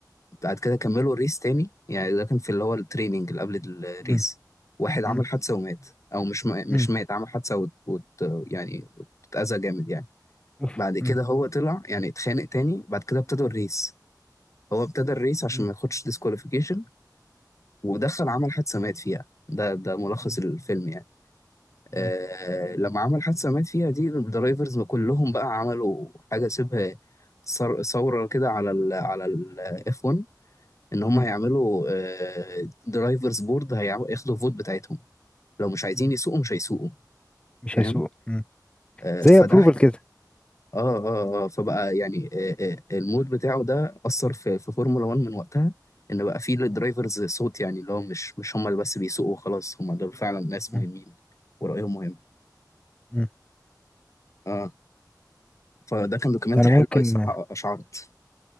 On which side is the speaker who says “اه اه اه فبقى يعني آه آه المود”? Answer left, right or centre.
Left